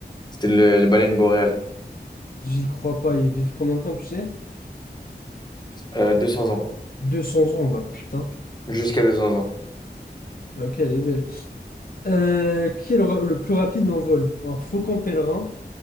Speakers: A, on the left; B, on the left.
A: C'était le, les baleine boréale.
B: J'y crois pas. Ils vivent combien de temps, tu sais?
A: Euh, 200 ans.
B: 200 ans, bah putain.
A: Jusqu'à 200 ans.
B: Ok, elle est belle. Euh, qui est le, ra- le plus rapide en vol? Un faucon pèlerin,